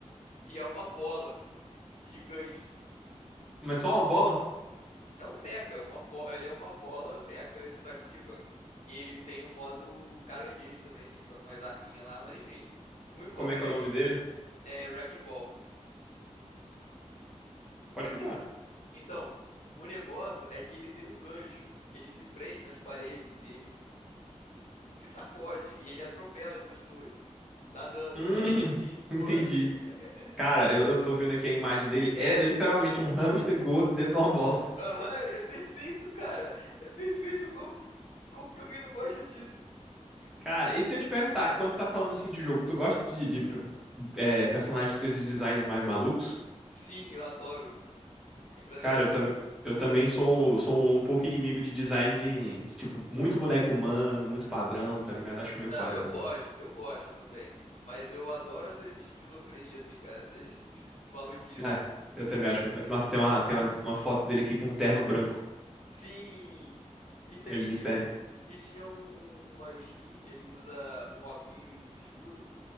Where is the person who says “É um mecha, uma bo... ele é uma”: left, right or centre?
Left